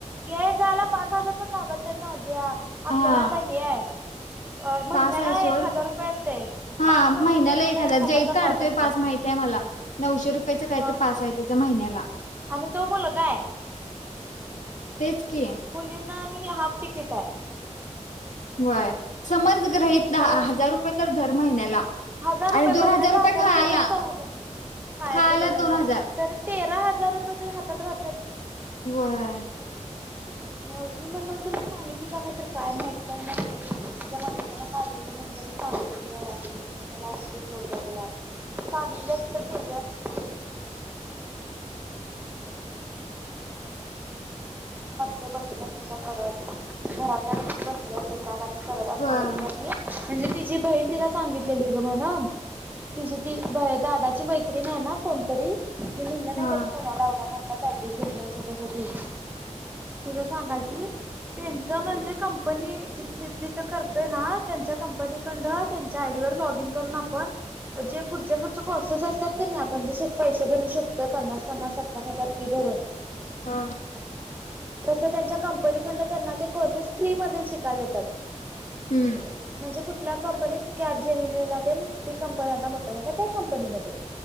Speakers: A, on the right (about 15°); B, on the left (about 80°).
A: याय जायला पाच हजार पण लागत नाही नाझिया आपल्याला
B: हा
A: आता हे आहे. महिन्याला
B: पास आहे सोड
A: एक हजार रुपये असते
B: हा
A: पास मधन
B: महिन्याला एक हजार
A: हजारचा
B: जत काढतोय
A: असतो
B: पास माहिती आहे मला. नऊशे रुपयाच काय
A: मग
B: तर पास आहे तुझ महिन्याला.
A: आणि तो मुलगा हाय.
B: तेच की
A: मुलीना आणि हाफ तिकिट आहे.
B: व्हय समज ग्रहित
A: मग
B: हजार रुपये तर धर महिन्याला.
A: हजार रुपये
B: आणि दोन
A: महिन्याचं
B: रुपये
A: हजार
B: खायला
A: वरचं चौद खायचं
B: खायला
A: इकडे
B: दोन
A: तिकडे
B: हजार
A: तरी तेरा हजार रुपये तरी हातात राहत्यात.
B: व्हय.
A: मग मी म्हणलं म तुला सांगितली का नाही तर काय माहित बाय म्हटली तिच्या मैत्रिणीनं काढलेलं. सांगितली नाही असं मी म्हटलं असुदे सोड बघूया आपण सांगितली असती तर केली असतीस. <unintelligible> बसत असल काय करत घरात काय नुसती बसली असल घरात. काय तर करत असणार
B: वय
A: आहे तिला म्हणजे तिची बहीण तिला सांगितलेली गं म्हणं. तिची ती दादाची मैत्रीण आहे ना कोणतरी. मी म्हणलं नाही
B: हा
A: का तू पुण्याला एवडा मोठा पॅकेज घेतला असं तसं ती. तुझं सांगालती त्यांच म्हणजे कंपनी जिथं करतोय ना त्यांच्या कंपनीकंड त्यांच्या आयडी लॉग इन करुन आपण जे पुढचे पुढचे कोर्सेस असतात की नाही आपण जे पैसे भरु शकतो पन्ना, पन्नास, साठ, साठ हजार फी भ करून
B: हा. <inaudible>
A: तसं त्यांच्या कंपनीकंड त्यांना ते कोर्सेस फ्री मध्ये शिकायला येतात. <inaudible>
B: हम्म
A: म्हणजे कुठल्या? कंपनीत कॅब जेमिनीला तेन ती कंपनी आता मोठ्या-मोठ्या त्या कंपनीमध्ये.